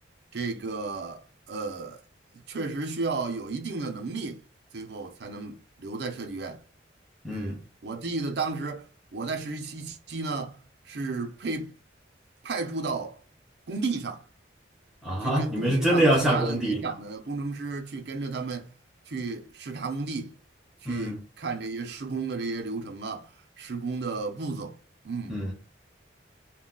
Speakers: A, on the right (about 60°); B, in the centre.
A: 这个呃，确实需要有一定的能力，最后才能留在设计院。
B: 嗯，
A: 嗯，我记得当时我在实习期呢，是被派驻到工地上，
B: 啊哈你们是真的要下工地，
A: 去跟工地上其他的年长的工程师去跟着他们去视察工地，去看这些施工的这些流程啊，
B: 嗯
A: 施工的步骤。嗯，
B: 嗯。